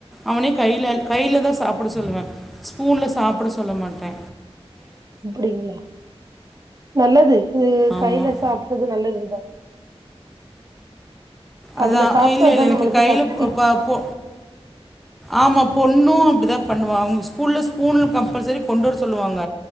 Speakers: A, in the centre; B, on the right.
A: அவனே கைலல் கைலதா சாப்பிட சொல்லுவே ஸ்பூன்ல சாப்பிட சொல்ல மாட்டே
B: அப்டீங்குளா நல்லது ம்
A: ஆமாம்
B: கைல சாப்ட்றது நல்லதுதா அதுல
A: அதா
B: சாப்பிட்டாதா
A: இல்ல இல்ல எனக்கு
B: நம்மளுக்கு
A: கையில
B: சக்தி
A: பா போ ஆமா பொண்ணு அப்டிதா பண்ணுவா அவங்க ஸ்கூல்ல ஸ்பூன் கம்பல்சரி கொண்டு வர சொல்லுவாங்க